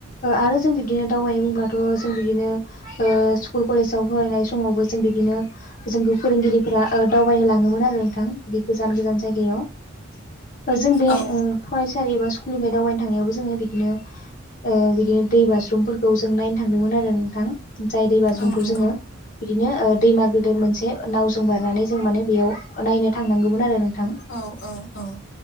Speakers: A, on the left; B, on the left.
A: आरो जों बिदिनो दावबायनाय बुंब्लाथ' जों बिदिनो स्कुल कलेजाव फरायनाय समावबो जों बिदिनो जोंखौ फोरोंगिरिफोरा ओ दावबायनो लाङोमोन आरो नोंथां बिदि गोजान गोजान जायगायाव जों बे
B: औ
A: फरायसालि एबा स्कुलनिफ्राय दावबायनो थांनायावबो जोङो बिदिनो ओ बिदिनो दै बाज्रुमफोरखौ जों नायनो थांदोंमोन आरो नोंथां जाय दै बाज्रुमखौ
B: औ नंगौ
A: जोङो बिदिनो दैमा गोदेर मोनसे नावजों बारनानै जों माने बेयाव नायनो थांनांगौमोन आरो नोंथां
B: औ औ औ